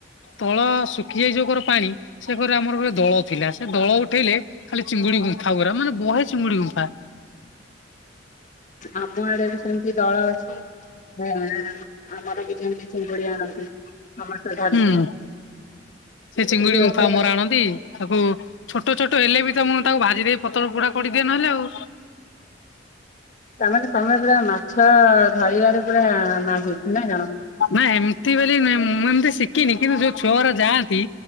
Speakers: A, on the left; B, on the left.
A: ତଳ ଶୁଖି ଯାଇ ଯୋଉ କର ପାଣି ସେ ଘର ଆମର ଗୋଟେ ଦଳ ଥିଲା ସେ ଦଳ ଉଠେଇଲେ ଖାଲି ଚିଙ୍ଗୁଡି ଗୁମ୍ଫା ଗୁରା ମାନେ ବହେ ଚିଙ୍ଗୁଡି ଗୁମ୍ଫା
B: ଆମ ଆଡେ ବି ସେମତି ଦଳ ଅଛି। ହଁ ଆମର ବି ସେମିତି ଚିଙ୍ଗୁଡ଼ି ଆଣନ୍ତି ସମସ୍ତେ ଧରିକି
A: ହୁଁ ସେ ଚିଙ୍ଗୁଡି
B: କିନ୍ତୁ
A: ଗୁମ୍ଫା
B: ଏବେ
A: ଆମର ଆଣନ୍ତି। ତାକୁ ଛୋଟ ଛୋଟ ହେଲେ ବି ତ ମୁଁ ତାକୁ ଭାଜି ଦେଇ ପତର ପୋଡା କରିଦିଏ ନହେଲେ ଆଉ।
B: ତାମାନେ ତମେ ପୁରା ମାଛ ଧରିବାରେ ପୁରା ମାହିର୍ ନାଁ କଣ।
A: ନା ଏମି ତି ବୋଲି ନୁହେଁ ମୁଁ ଏମତି ଶଖିନି କିନ୍ତୁ ଯୋଉ ଛୁଆଉରା ଯାଆନ୍ତି